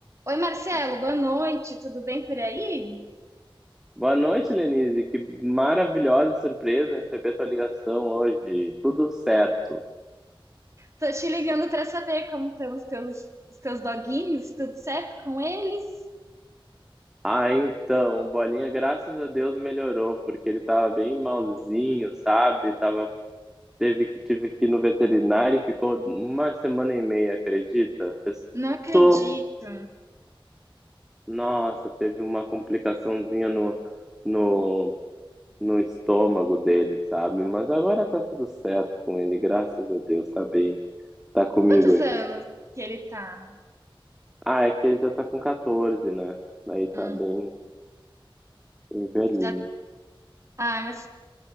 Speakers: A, on the right; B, in the centre.
A: Oi, Marcelo, boa noite, tudo bem por aí?
B: Boa noite, Lenise. Que maravilhosa surpresa receber tua ligação hoje. Tudo certo.
A: Tô te ligando pra saber como estão os teus, os teus doguinhos, tudo certo com eles?
B: Ah, então, o Bolinha, graças a Deus, melhorou, porque ele tava bem malzinho, sabe? Tava, teve, tive que ir no veterinário e ficou uma semana e meia, acredita? Fez
A: Não acredito.
B: to- Nossa, teve uma complicaçãozinha no, no, no estômago dele, sabe? Mas agora tá tudo certo com ele, graças a Deus, tá bem. Tá comigo
A: Quantos
B: aqui.
A: anos que ele tá?
B: Ah, é que ele já tá com 14, né? Aí tá
A: Hum,
B: bem, bem velhinho.
A: já... Ah, mas